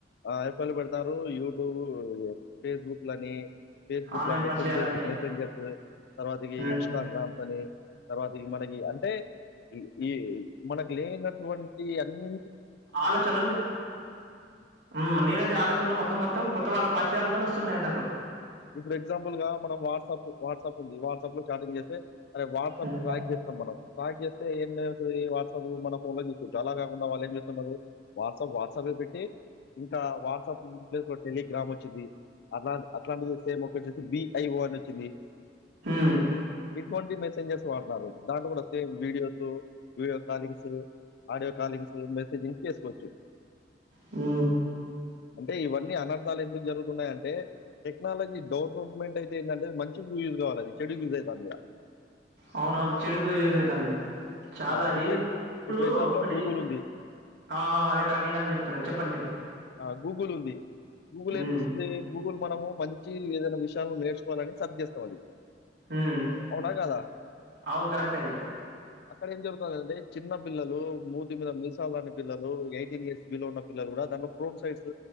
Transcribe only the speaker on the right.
ఆన్లైన్
పరిచయాలని
ఉమ్
ఆలోచనలు హు లేదంటే ఆలోచనలు మొత్తం మొత్తం కొత్త వాళ్ళ పరిచాలతోని స్తున్నాయిన్నట్టు
ఉమ్
ఉమ్
హు
అవున అవును చెడుకు యూస్ అవుతుంది చాలా
అది
ఇప్పుడు
ఒకటి
ఆ అదే కదా నేను అదే చెప్తున్నా చెప్పండి మీరు
ఉమ్
ఉమ్
అవును కరెక్ట్ అది